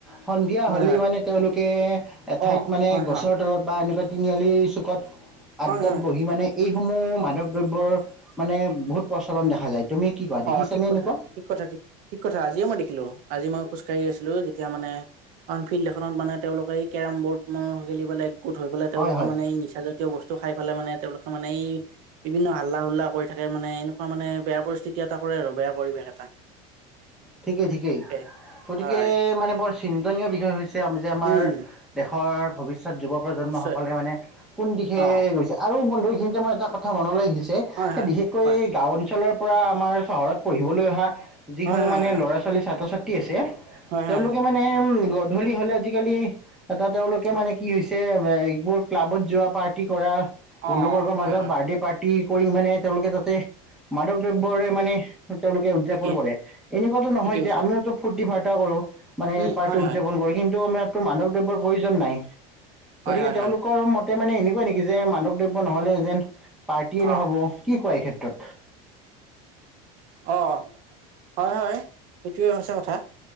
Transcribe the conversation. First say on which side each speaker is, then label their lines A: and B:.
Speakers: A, in the centre; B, on the right.
A: সন্ধিয়া,
B: হয়
A: হ'লেই
B: হয়
A: মানে তেওঁলোকে এঠাইত
B: অ
A: মানে
B: হয়
A: গছৰ,
B: হয়
A: তলত বা এনেকুৱা তিনি আলিৰ চুকত আড্ডাত
B: হয় হয়
A: বহি মানে। এইসমূহ মাদক দ্ৰব্যৰ মানে বহুত প্ৰচলন দেখা যায়। তুমি কি কোৱা দেখিছানে
B: অ ঠিক কথা
A: এনেকুৱা
B: ঠিক কথা ঠিক কথা আজিয়ে মই দেখিলো আজি মই খোজ কঢ়ি আছিলো যেতিয়া। মানে কাৰণ ফিল্ড এখনত মানে তেওঁলোকে এই কেৰম বৰ্ডে, খেলিবলে একগোট হৈ পেলাই তেওঁলোকে
A: হয় হয়
B: মানে এই নিচা জা তীয় বস্তু খাই পেলাই মানে তেওঁলোকে মানে এই বিভিন্ন হাল্লা- হুল্লা কৰি থাকে মানে এনেকুৱা মানে বেয়া পৰিস্থিতি তি এটা কৰে আৰু বেয়া পৰিৱেশ এটা
A: ঠিকেই ঠিকেই
B: সেইটোৱে
A: গতিকে
B: হয়
A: মানে বৰ চিন্তনীয় বিষয় হৈছে যে আমাৰ।
B: উম
A: দেশৰ ভৱিষ্যত যুৱ প্ৰজন্মসকলে
B: নিশ্চয়
A: মানে কোন দিশে
B: অ
A: গৈছে? আৰু বন্ধু এইখিনিতে মই এটা কথা মনলৈ আহিছে
B: হয়
A: সেই
B: হয়
A: বিশেষ, কৈ
B: কোৱা
A: গাঁও অঞ্চলৰ পৰা আমাৰ চহৰত পঢ়িবলৈ অহা?
B: হয়
A: সমূহ
B: হয়
A: মানে
B: হয়
A: ল'ৰা ছোৱালী ছাত্ৰ ছাত্ৰী আছে
B: হয়
A: তেওঁলোকে
B: হয় হয়
A: মানে উম গধূলি হলে আজিকালি? এটা তেওঁলোকে
B: হয়
A: মানে কি হৈছে এ এইবোৰ ক্লাবত যোৱা পাৰ্টি কৰা। বন্ধুবৰ্গৰ
B: অ হয়
A: মাজত
B: হয়
A: বাৰ্থডে পাৰ্টি, কৰি মানে তেওঁলোকে তাতে মাদক দ্ৰব্যৰে মানে তেওঁলোকে উদযাপন
B: ঠিকেই
A: কৰে। তেনেকুৱাটো নহয়
B: ঠিকেই
A: যে
B: কৈছা
A: আমিওতো ফূ্তি ফাৰ্তা কৰো মানে
B: উম
A: পাৰ্টি
B: হয়
A: উযাপন
B: হয়
A: কৰো কিন্তু আম ক টো মাদক দ্ৰব্যৰ প্ৰয়োজন নাই
B: হয়
A: গতিকে
B: হয়
A: তেওঁলোকৰ
B: হয়
A: মত, তে মানে এনেকুৱাই নেকি যে মাদক দ্ৰব্য নহলে এ যেন পাৰ্টীয়ে নহব
B: অ
A: কি কোৱা এই ক্ষেত্ৰত?
B: অ হয় হয় সেইটোৱে সচা কথা।